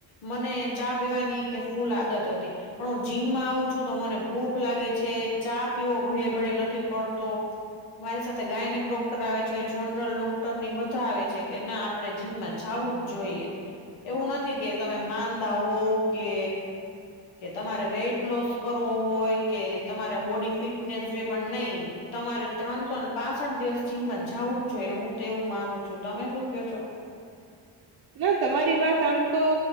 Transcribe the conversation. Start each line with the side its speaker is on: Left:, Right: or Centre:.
Left: મને ચા પીવાની ઈ કહે ફૂલ આદત હતી. પણ હું જીમમાં આવું છું તો મને ભૂખ લાગે છે, ચા પીવો ઘડિયે ઘડયે નથી પડતો. મારી સાથે ગાયનક ડોક્ટર આવે છે, જનરલ ડોક ટર ની બધા આવે છે કે ના આપણે જીમમાં જાવું જ જોઈએ. એવું નથી કે તમે માંદા હોવ કે કે તમારે વેઇટ લોસ કરવો હોય, કે તમારે બોડી ફિટનેસ જે પણ નહી તમારે ત્રણસોને પાસઠ દિવસ જીમમાં જવું જ જોઈએ હું તોવું માનું છું. તમે શું ક્યો છો?
Right: ના તમારી વાત આમ તો